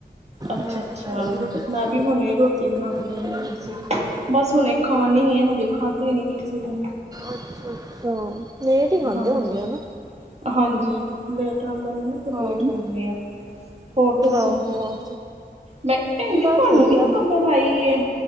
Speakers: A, on the right; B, on the right.
A: ਅੱਛਾ-ਅੱਛਾ,
B: ਮੈਂ ਤੇ ਤੁਹਾਡੀ ਰੋਟੀ ਬਣਾ
A: ਮੈਂ ਵੀ
B: ਕੇ
A: ਹੁਣੇ ਰੋਟੀ
B: ਦਿੱਤੀ
A: ਬਣਾ ਕੇ ਵਿਹਲੀ
B: ਹੋਰ
A: ਹੋਈ ਸੀ। ਬਸ ਹੁਣੇ ਖਾਣੀ ਐ ਹਜੇ ਖਾਧੀ ਨੀ ਕਿਸੇ ਨੇ।
B: ਅੱਛਾ-ਅੱਛਾ, ਲੇਟ ਈ ਖਾਂਦੇ
A: ਹਾਂਜੀ
B: ਹੋਣੀ ਆ ਹਨਾ।
A: ਹਾਂਜੀ ਲੇਟ ਆਉਂਦੇ ਨੇ ਨਾ ਫਿਰ ਲੇਟ
B: ਆਹੋ।
A: ਖਾਂਦੇ ਆ। ਹੋਰ ਦੱਸੋ,
B: ਆਹੋ,
A: ਮੈਂ ਕਿਹਾ ਭੈਣ ਜੀ
B: ਬਸ
A: ਤੁਹਾਨੂੰ
B: ਵਧੀਆ,
A: ਵੀ ਖਬਰ ਪਾਈ ਐ